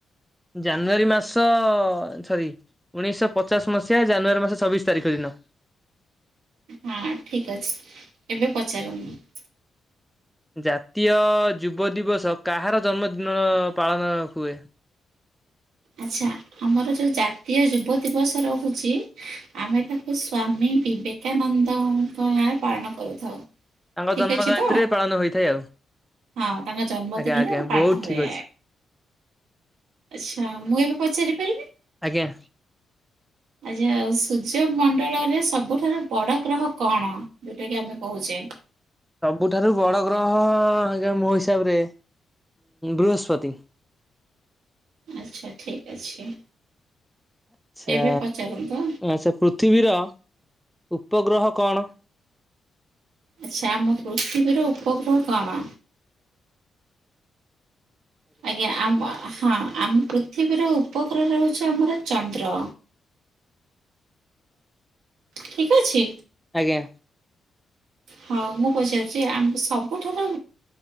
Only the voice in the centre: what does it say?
ଜାନୁଆରୀ ମାସ ସରି। ଉଣେଇଶହ ପଚାଶ ମସିହା ଜାନୁଆରୀ ମାସ ଛବିଶ ତାରିଖ ଦିନ।
ଜାତୀୟ ଯୁବ ଦିବସ କାହାର ଜନ୍ମଦିନର ପାଳନ ହୁଏ?
ତାଙ୍କ
ଜନ୍ମ
ଜୟନ୍ତୀରେ
ପାଳନ ହୋଇଥାଏ ଆଉ।
ଆଜ୍ଞା ଆଜ୍ଞା
ବହୁତ ଠିକ
ଅଛି
ଆଜ୍ଞା।
ସବୁଠାରୁ ବଡ଼ ଗ୍ରହ, ଆଜ୍ଞା ମୋ ହିସାବରେ ବୃହସ୍ପତି।
ଆଚ୍ଛା
ଆଚ୍ଛା, ପୃଥିବୀର ଉପଗ୍ରହ କଣ?
ଆଜ୍ଞା।